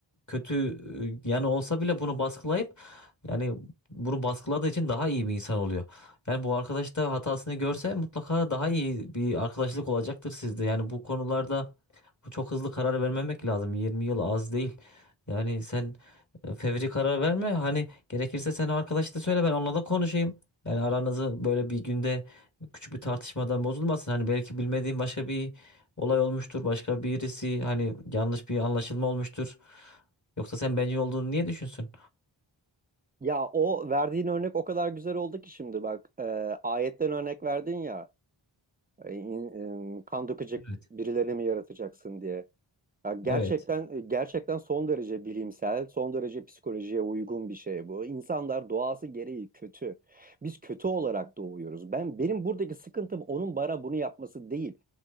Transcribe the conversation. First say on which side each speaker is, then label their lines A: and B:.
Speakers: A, on the left; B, on the right.
A: kötü e, yanı olsa bile bunu baskılayıp yani bunu baskıladığı için daha iyi bir insan oluyor. Yani bu arkadaş da hatasını görse mutlaka daha iyi bir arkadaşlık olacaktır sizde. Yani bu konularda çok hızlı karar vermemek lazım. 20 yıl az değil. Yani sen e, fevri karar verme. Hani gerekirse sen arkadaşına söyle ben onunla da konuşayım. Yani aranızı böyle bir günde küçük bir tartışmadan bozulmasın. Hani belki bilmediğin başka bir olay olmuştur. Başka birisi hani yanlış bir anlaşılma olmuştur. Yoksa sen bencil olduğunu niye düşünsün?
B: Ya o verdiğin örnek o kadar güzel oldu ki şimdi bak e, ayetten örnek verdin ya e, in- e, kan dökecek
A: Evet.
B: birilerini mi yaratacaksın diye. Ya gerçekten
A: Evet.
B: e, gerçekten son derece bilimsel, son derece psikolojiye uygun bir şey bu. İnsanlar doğası gereği kötü. Biz kötü olarak doğuyoruz. Ben benim buradaki sıkıntım onun bana bunu yapması değil.